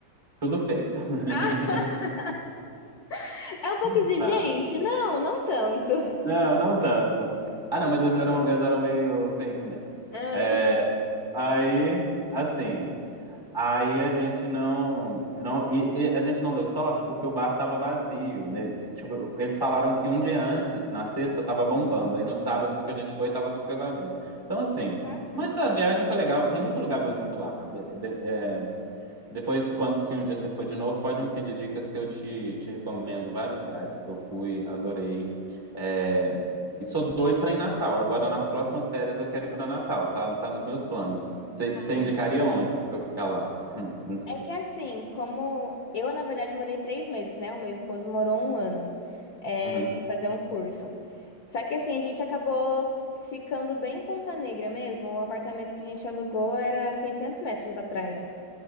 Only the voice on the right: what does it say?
tudo feio. <laughs>
Não,
não, não tanto. Ah, não, mas eles eram, eles eram meio feinhos mesmo.
É, aí, assim, aí a gente não, não e, e a gente não deu sorte porque o bar tava vazio, né? Tipo, eles falaram que um dia antes, na sexta, tava bombando, aí no sábado que a gente foi, tava super vazio. Então, assim,
mas a viagem foi legal, tem muito lugar bonito lá. De- de- é, depois, quando se um dia você for de novo, pode me pedir dicas que eu te, te recomendo vários lugares que eu fui, adorei. É, E sou doido pra ir em Natal. Agora, nas próximas férias, eu quero ir pra Natal. Tá, tá nos meus planos. Você
indicaria onde pra eu ficar lá? Hum, hum,
uhum.